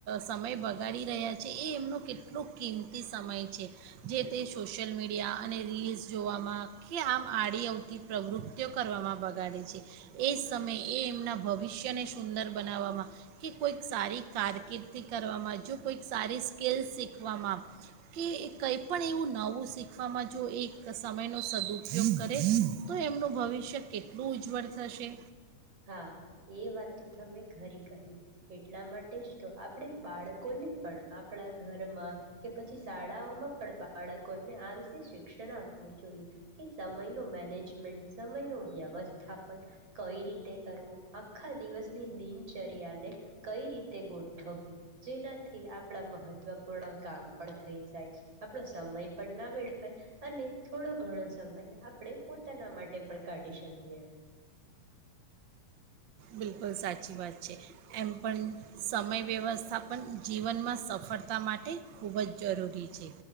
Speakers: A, on the right (about 70°); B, on the right (about 45°).
A: સમય બગાડી રહ્યા છે એ એમનો કેટલો કિંમતી સમય છે જે તે સોશિયલ મીડિયા અને રીલ્સ જોવામાં કે આમ આડી આવતી પ્રવૃત્તિઓ કરવામાં બગાડે છે એ સમય એ એમના ભવિષ્યને સુંદર બનાવવામાં કે કોઈક સારી કારકિર્દી કરવામાં જો કોઈક સારી સ્કલસ શીખવામાં કે કંઈ પણણ એવું નવું શીખવામાં જો એ સમયનો સદુપયોગ કરે તો એમનું ભવિષ્ય કેટલું ઉજ્જવળ થશે
B: હા એ વાત તો તમે ખરી કહી એટલા માટે જ તો આપણે બાળકોને પણ આપણા ઘરમાં કે પછી શાળાઓમાં પણ બાળકોને આ વિશે શિક્ષણ આપવું જોઈએ કે સમયનું મેનેજમેન્ટ સમયનું વ્યવસ્થાપન કઈ રીતે કરવું આખા દિવસની દિનચર્યાને કઈ રીતે ગોઠવવી જેનાથી આપણા મહત્વપૂર્ણ કામ પણ થઈ જાય આપણો સમય પણ ના વેડફાય અને થોડો ઘણો સમય આપણે પોતાના માટે પણ કાઢી શકીએ
A: બિલકુલ સાચી વાત છે છે એમ પણ સમય વ્યવસ્થા પણન જીવનમાં સફળતા માટે ખૂબ જ જરૂરી છે